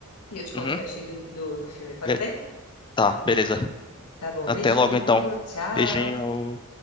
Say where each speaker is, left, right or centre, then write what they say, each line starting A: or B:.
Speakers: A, on the left; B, on the left.
A: e eu te conto
B: Uhum.
A: o que eu achei do, do, do filme, pode
B: Be-
A: ser?
B: Tá, beleza.
A: Tá bom,
B: Até
A: beijinho,
B: logo então.
A: tchau!
B: Beijinho.